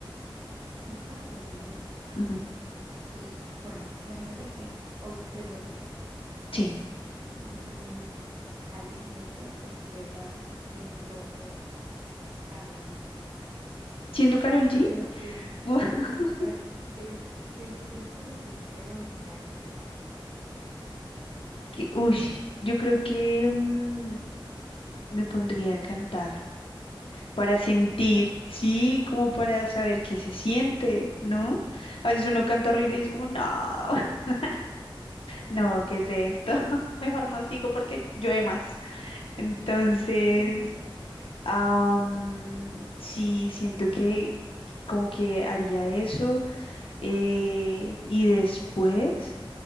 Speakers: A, on the right; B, on the left.
A: ¿qué pasaría?
B: Ujú,
A: Sí, bueno, imagínate que hoy te duermes
B: Sí.
A: y al día siguiente despiertas siendo Carol G.
B: Siendo Karol G,
A: ¿Qué sería lo prim
B: <laughs>
A: sí, siendo Karol G? ¿Qué, qué- qué sería lo primero que harías?
B: que, ush, yo creo que mm, me pondría a cantar. para sentir,
A: A cantar.
B: sí, como para saber qué se siente, ¿no? A veces uno canta horrible
A: Ok.
B: y es como, no, <laughs> no, ¿qué es esto? <laughs> Mejor no sigo porque llueve más. Entonces,
A: <laughs> Qué risa.
B: am, sí, siento que como que haría eso. eh, y después,